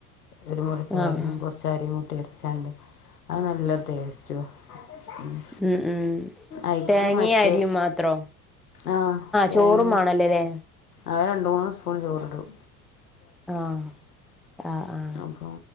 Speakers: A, on the left; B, in the centre.
A: ഒരുമുറി തേങ്ങിം
B: ആഹ്
A: കുറച്ചരിയും കൂട്ടിയരച്ചാണ്ട് അത് നല്ല ടേസ്റ്റും മ്
B: ഉം ഉം
A: അയിക്ക്
B: തേങ്ങയും
A: മറ്റേ
B: അരിയും മാത്രോ
A: ആഹ് തേങ്ങിം
B: ചോറും മാണല്ലോല്ലേ
A: അത് രണ്ട്മൂന്ന് സ്പൂൺ ചോറ്ടും
B: ആഹ് ആ ആ
A: അപ്പൊ